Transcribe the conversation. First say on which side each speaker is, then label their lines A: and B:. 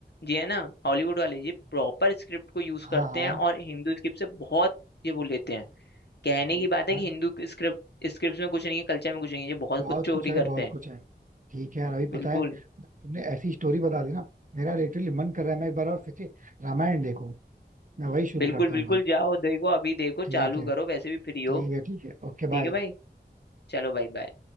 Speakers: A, on the left; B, on the right.
A: ये है ना हॉलीवुड वाले ये प्रॉपर स्क्रिप्ट को यूज
B: हाँ
A: करते
B: हाँ
A: हैं और हिंदू स्क्रिप्ट से बहुत ये वो लेते हैं कहने
B: ठीक
A: की बात है
B: है
A: कि
B: यार
A: हिंदू स्क्रिप्ट स्क्रिप्ट में कुछ नहीं है कल्चर में कुछ नहीं है ये बहुत
B: बहुत
A: कुछ चोरी
B: कुछ है
A: करते
B: बहुत
A: हैं
B: कुछ है ठीक है यार अभी
A: बिल्कुल
B: पता है तुमने ऐसी स्टोरी बता दी ना मेरा लिटरली मन कर रहा है मैं एक बार और फिर से रामायण देखूं मैं वही शुरू
A: बिल्कुल
B: करता
A: बिल्कुल
B: हूँ भाई
A: जाओ देखो अभी देखो
B: ठीक
A: चालू
B: है
A: करो वैसे भी फ्री हो
B: ठीक है ठीक है ओके
A: ठीक
B: बाय
A: है भाई चलो भाई बाय